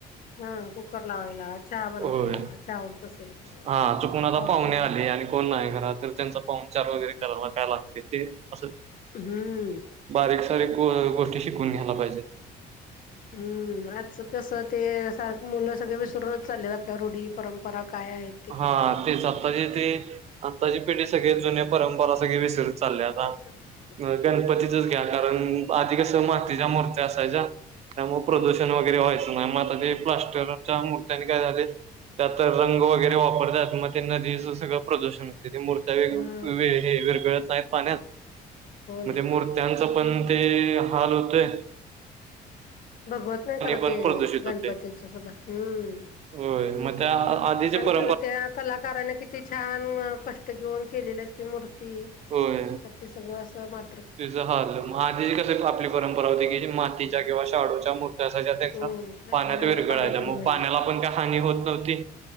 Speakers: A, on the left; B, on the right.
A: हा कुकर लावायला, चहा बनवायला,
B: होय.
A: चहा आवडत असेल तर
B: हा चुकून आता
A: कॉफी
B: पाहुणे
A: पण
B: आले आणि कोण नाही घरामध्ये तर त्यांचा पायुणचार वगैरे करायला काय लागते ते अस
A: हम्म
B: बारीक सारीक ग गोष्टी शिकून घ्यायला पाहिजेत.
A: हम्म आजचं कसं ते सारख मुलं सगळे विसरूनच चाललेत आपल्या रूढी परंपरा काय आहे
B: हा तेच आताची ती आत्ताची पिढी सगळे जुने परंपरा सगळी विसर चालल्याता
A: विसरून चाललेत
B: गणपतीचच घ्या कारण आधी कस मातीच्या मूर्त्या असायच्या त्यामुळे प्रदूषण वगैरे व्हायचं नाही मग आ ते प्लास्ट तर त्या मूर्त्यानी काय झालय त्यात रंग वगैरे ते वापरत्यात मग ते सगळं प्रदूषण तेथे मूर्त्या वेग
A: हा
B: हे विरघळत आहेत पाण्यात
A: हो ना
B: म्हणजे मुर्त् त्यांच पण ते हाल होतय
A: बगवत नाही खरं
B: पण
A: ते
B: प्रदूषित
A: गणपतीचं
B: होते
A: सगळं हम्म
B: होय म त्या आधीच्या पर
A: तर त्या कलाकाराने किती छान कष्ट घेऊन केलेली असती मूर्ती
B: होय
A: तर ते सगळं असं मात
B: त्याझ हाल म आधीची कस आपली परंपरा होती की मातीच्या किंवा शाडूच्या मूर्त्या असायच्या
A: हम्म विरघळणार
B: पाण्यात विरगळायच्या
A: पाण्यात विरघळणार
B: मग पाण्याला पण काही हानी होत नव्हती